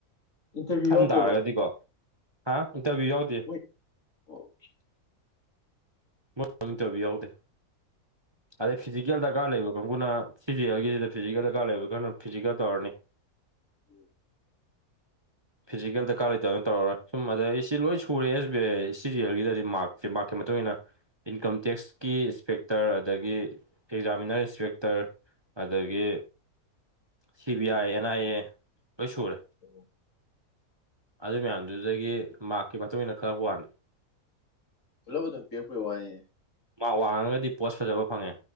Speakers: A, on the left (about 55°); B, on the right (about 15°).
A: ꯏꯟꯇꯔꯚꯤꯌꯨ
B: ꯈꯟ
A: ꯌꯥꯎꯗꯕ꯭ꯔꯣ
B: ꯇꯥꯔꯒꯗꯤꯀꯣ ꯍꯥ ꯏꯟꯇꯔꯚꯤꯌꯨ ꯌꯥꯎꯗꯦ
A: ꯑꯣꯈ‌ꯦ
B: <unintelligible> ꯏꯟꯇꯔꯚꯤꯌꯨ ꯌꯥꯎꯗ‌ꯦ ꯑꯗꯩ ꯐꯤꯖꯤꯀꯦꯜ ꯗꯔꯀꯥꯔ ꯂꯩꯕ ꯀꯥꯡꯕꯨꯅ ꯁꯤꯖꯤꯑꯦꯜꯒꯤꯁꯤꯗ ꯐꯤꯖꯤꯀꯦꯜ ꯗꯔꯀꯥꯔ ꯂꯩꯕ ꯈꯔꯅ ꯐꯤꯖꯤꯀꯦꯜ ꯇꯧꯔꯅꯤ
A: ꯎꯝ
B: ꯐꯤꯖꯤꯀꯦꯜ ꯗꯔꯀꯥꯔ ꯂꯩꯇꯕꯅ ꯇꯧꯔꯔꯣꯏ ꯁꯨꯝ ꯑꯗꯩ ꯁꯤ ꯂꯣꯏ ꯁꯨꯔꯦ ꯑꯦꯁ ꯕꯤ ꯑꯥꯏ ꯁꯤ ꯖꯤ ꯑꯦꯜꯒꯤꯗꯗꯤ ꯃꯥꯔ꯭ꯛꯁꯦ ꯃꯥꯔ꯭ꯛꯀꯤ ꯃꯇꯨꯡ ꯏꯟꯅ ꯏꯟꯀꯝ ꯇꯦꯛꯁꯀꯤ ꯏꯟꯁꯄꯦꯛꯇꯔ ꯑꯗꯒꯤ ꯑꯦꯛꯖꯥꯃꯤꯅꯔ ꯏꯟꯁꯄꯦꯛꯇꯔ ꯑꯗꯒꯤ C B I and I A ꯂꯣꯏ ꯁꯨꯔꯦ
A: ꯑꯣ
B: ꯑꯗꯨ ꯃꯌꯥꯝꯗꯨꯗꯒꯤ ꯃꯥꯔ꯭ꯛꯀꯤ ꯃꯇꯨꯡ ꯏꯟꯅ ꯈꯜꯂꯛꯋꯥꯟ
A: ꯄꯨꯂꯞ ꯑꯗꯨꯝ ꯄꯤꯔꯛꯄꯩ ꯋꯥꯅꯤꯅ‌ꯦ
B: ꯃꯥꯛ ꯋꯥꯡꯉꯒꯗꯤ ꯄꯣꯁ ꯐꯖꯕ ꯐꯪꯉꯦ